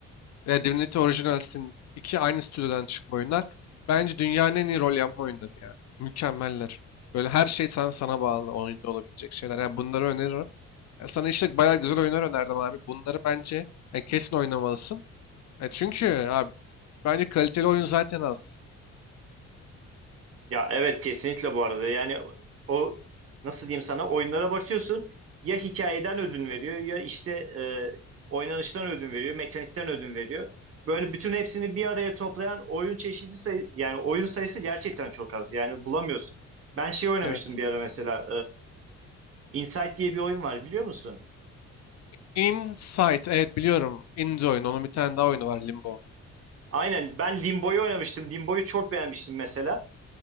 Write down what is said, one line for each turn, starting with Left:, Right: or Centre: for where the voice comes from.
Left: ve Divinity Original Sin 2 aynı stüdyodan çıkma oyunlar. Bence dünyanın en iyi rol yapma oyunları ya. Mükemmeller. Böyle her şey sana, sana bağlı oyunda olabilecek şeyler. Ya bunları öneririm. Ya sana işte bayağı güzel oyunlar önerdim abi. Bunları bence ya kesin oynamalısın. E çünkü abi bence kaliteli oyun zaten az.
Right: Ya evet kesinlikle bu arada. Yani o nasıl diyeyim sana oyunlara bakıyorsun ya hikayeden ödün veriyor ya işte e, oynanıştan ödün veriyor, mekanikten ödün veriyor. Böyle bütün hepsini bir araya toplayan oyun çeşidi sayı yani oyun sayısı gerçekten çok az. Yani bulamıyorsun. Ben şey oynamıştım
Left: Evet.
Right: bir ara mesela e, Insight diye bir oyun var biliyor musun?
Left: Insight evet biliyorum. Indie oyun. Onun bir tane daha oyunu var Limbo.
Right: Aynen ben Limbo'yu oynamıştım. Limbo'yu çok beğenmiştim mesela.